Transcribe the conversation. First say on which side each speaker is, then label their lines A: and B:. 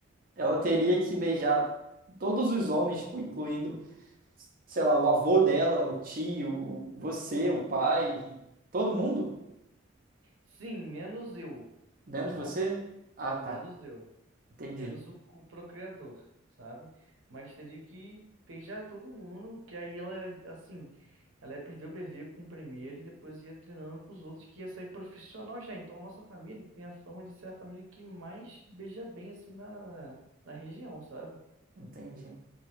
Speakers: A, on the right; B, on the right.
A: ela teria que beijar todos os homens, tipo, incluindo, sei lá, o avô dela, o tio, você, o pai, todo mundo
B: Sim, menos eu,
A: dentro
B: sabe?
A: de você? Ah, tá.
B: Menos eu,
A: Entendi.
B: menos o, o procriador, sabe? Mas teria que beijar todo mundo, que aí ela, assim, ela ia perder o bebê com o primeiro e depois ia treinando com os outros, que ia sair profissional já. Então, a nossa família tem a fama de ser a família que mais beija bem, assim, na, na região, sabe?
A: Entendi.